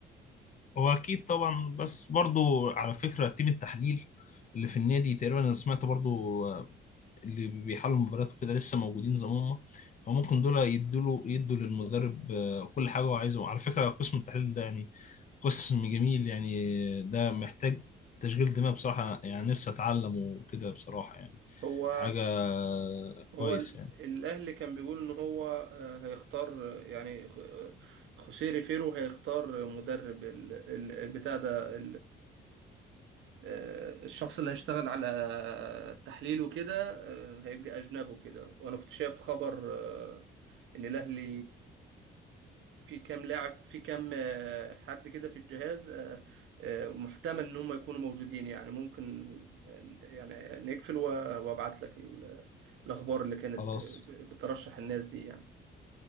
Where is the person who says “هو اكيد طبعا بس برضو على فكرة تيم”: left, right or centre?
Left